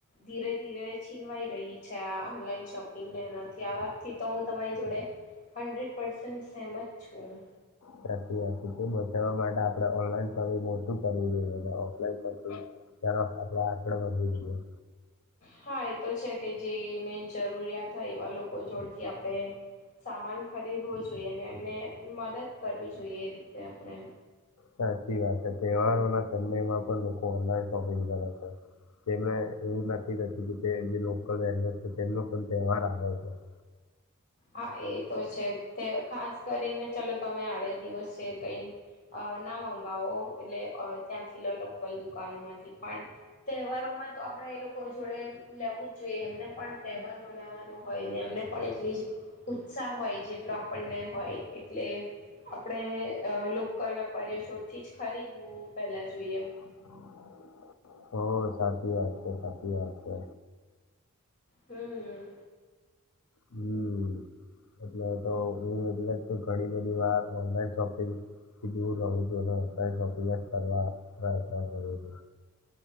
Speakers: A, on the left; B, on the left.
A: ધીરે ધીરે છીનવાઈ રહી છે આ ઓનલાઈન શોપિંગને એનાથી આ વાત થી તો હું તમારી જોડે હન્ડ્રેડ પરસેેન્ટ સેહમત છું
B: પ્રકિયાથી તે બચાવવા માટે આપણે ઓનલાનછું કરવું જોઈએ અને ઓફલાઈન શોપિંગ તરફ આપણે આગડ વધવુ જોઈએ
A: હા એ તો છે કે જેને જરૂરિયાત હોય એવા લોકો જોડથી આપણે સામાન ખરીદવો જોઈએ અને એમને મદદ કરવી જોઈએ એ રીતે આપણે.
B: સાચી વાત છે તહેવારોના ચન્મયમાં પણ લોકો ઓનલાઈન શોપિંગ કરે છે. તે એવું નક્કી થતું કે તે જે લોકલ વન છે તેમનો પણ તહેવાર આવે છે. <inaudible>
A: હા એ તો છે તે ખાસ કરીને ચલોો તમે આડે દિવસ છે કઈ અ ના મગાવો એટલે ત્યાંથી લો લોકલ દુકાનો માંથી પણ તહેવારો તો આપણેે એ લોકો જોડે લેવું જ જોઈએ એમને પણ તહેવાર મનાવવાનો હોય ને એમને પણ એટલી જ ઉત્સાહ હોય જેટલો આપણને હોય એટલે આપણે લોકલ વેપારી છોડ થી જ ખરીદવું પેલા જોઈએમ
B: <inaudible> સાચી વાત છે સાચી વાત છે.
A: હમ્મ.
B: હમ્મ. એટલે તો હું એટલે જ ઘણી બધી વાર ઓનલાઈન શોપિંગ થી દૂર રું છું અને અત્યારે શોપિંગ જ કરવા પ્રયન કરું છું.